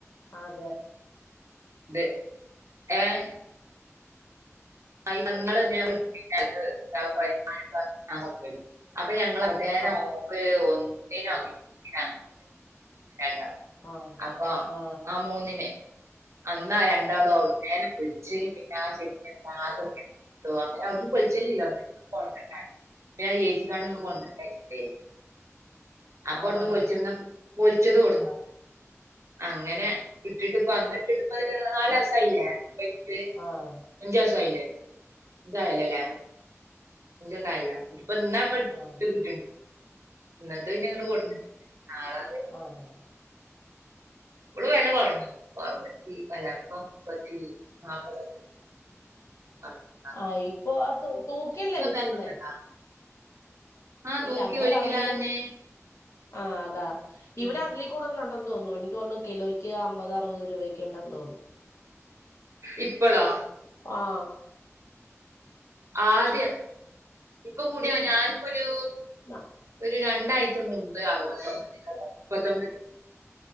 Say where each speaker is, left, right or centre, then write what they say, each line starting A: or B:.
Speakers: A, on the left; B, on the right.
A: ആതെ
B: ദെ ഏഹ് ആയ് നങ്ങള് <unintelligible> അപ്പ ഞങ്ങള പേന
A: ആ
B: <unintelligible> ഒന്നിനും <unintelligible> വേണ്ട
A: ആ
B: അപ്പോ
A: ആ
B: ആഹ് മൂന്നിന് അന്നാ രണ്ടാളും ഔട്ന്നന്നെ കുളിച്ച് പിന്നാ ഷെടിയൊക്കെ ആകെ കേകി ട്ടോ അങ്ങനെ ഒന്നും പൊളിച്ചലില്ലഞ് <unintelligible> ഏച്ചിക്കാണ്ട്ങ്ങട്ട് <unintelligible> അപ്പൊട്ന്ന്
A: ആഹഹഹ
B: പൊരിച്ച് ടുന്ന പൊൾച്ചതു കൊട്ന്നാ അങ്ങനെ ഇട്ടിട്ട്പ്പ അന്ന് ഇട്ടിട്ട്പ്പ അതിൻ്റെ നാലാസായില്ലേ പോയിട്ട്
A: ആഹ്
B: അഞ്ചയ്സായില്ലേ അഞ്ചായല്ലല്ലേ അഞ്ചു വെസം ആയല്ലേ ഇപ്പ ഇന്നാ പ്പ ഇട്
A: ആ
B: ഇട്ട് കിട്ട്ൺ ഇന്നത്തെ ഇനി അങ്ങട്ട് കൊടുത്തിറ്റ് നാള അതെ
A: ആഹ്
B: ഇപ്പൊള് വെല കൊറഞ്ഞു കൊറഞ്ഞ് കിട്ടി അല്ലേ ഇപ്പം മുപ്പത്തി നാപ്പത് ആണ്
A: ആഹ് ഇപ്പൊ ആ തൂക്കിയാ തൂക്കിയല്ലേ വിക്കുന്നേ
B: തെങ്ങൊക്കെ ഇണ്ടാ ആഹ്
A: ഇല്ല
B: തൂക്കി
A: അമ്മടെ
B: ഒരു
A: പറമ്പില്
B: കിലോന്നെ
A: ആഹ് അതാ
B: ഉം
A: ഇവിടെ അതില് കൂടുതലൊണ്ടന്ന് തോന്നുന്നു എനിക്ക് തോണ് കിലോക്ക് അമ്പത് അറുപത് രൂപേക്ക ണ്ടെന്ന് തോന്നുന്നു
B: ഇപ്പളോ
A: ആഹ്.
B: ആദ്യ ഇപ്പൊ കൂടിയ ഞാനിപ്പോ ഒരു
A: ന്ന്ഹ്
B: ഒരു രണ്ടാഴ്ച മുമ്പ് അറുവതൊബതി മുപ്പത്തൊമ്പത്